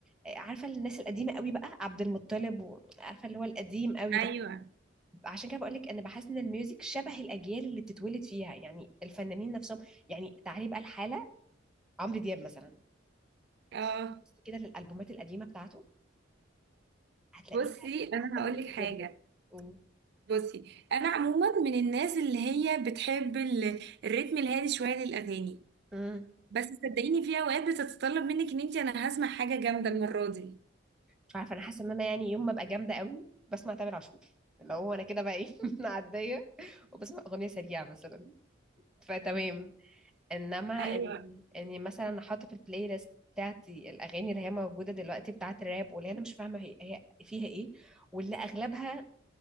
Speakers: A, in the centre; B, on the right.
A: آه، عارفه الناس القديمه قوي بقى عبد المطلب وعارفه اللي هو القديم قوي
B: ايوه
A: ده عشان كده بقول لك انا بحس ان الميوزك شبه الاجيال اللي بتتولد فيها يعني الفنانين نفسهم يعني تعالي بقى الحاله عمرو دياب مثلا
B: اه
A: بصي كده للالبومات القديمه بتاعته هتلاقيها
B: بصي انا
A: هتعجبك
B: هقول لك حاجه
A: جدا قولي
B: بصي انا عموما من الناس اللي هي بتحب ال- الريتم الهادي شويه للاغاني
A: امم
B: بس صدقيني في اوقات بتتطلب منك ان انت انا هسمع حاجه جامده المره دي
A: مش عارفه انا حاسه ان انا يعني يوم ما ابقى جامده قوي بسمع تامر عاشور اللي هو انا كده بقى ايه <laughs> معديه وبسمع اغنيه سريعه مثلا فتمام انما
B: ايوه
A: ان اني مثلا احط في البلاي ليست بتاعتي الاغاني اللي هي موجوده دلوقتي بتاعت الراب واللي انا مش فاهمه هي هي فيها ايه واللي اغلبها